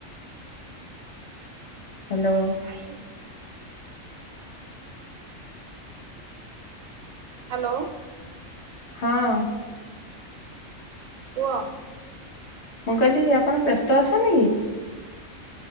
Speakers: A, on the left; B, on the right.
A: ହାଲୋ।
B: ଖାଇନି। ହାଲୋ।
A: ହଁ।
B: କୁହ।
A: ମୁଁ କହିଲି ଆପଣ ବ୍ୟସ୍ତ ଅଛନ୍ତି କି?